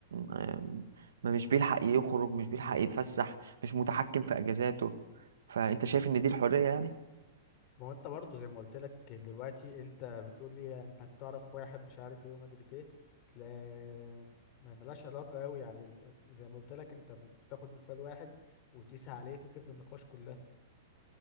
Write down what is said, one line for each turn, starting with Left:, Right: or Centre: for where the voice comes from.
Right: آم، ما مش بيلحق يخرج مش بيلحق يتفسح مش متحكم في اجازاته فانت شايف ان دي الحرية يعني
Left: ما هو انت برضه زي ما قلت لك دلوقتي انت بتقول لي انت هتعرف واحد مش عارف ايه وما ادري ايه تلاقي ما ملهاش علاقه قوي يعني ال- زي ما قلت لك انت بتاخد مثال واحد وتقيس عليه فكره النقاش كلها